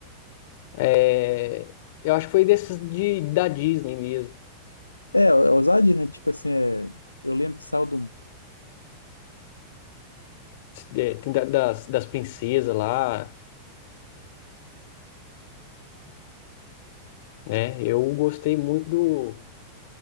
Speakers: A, on the left; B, on the left.
A: É, eu acho que foi desses de, da Disney mesmo.
B: É, é ousadia, né? Tipo assim, é, eu lembro que saiu do...
A: É, tem da- das, das princesas lá, né? Eu gostei muito do,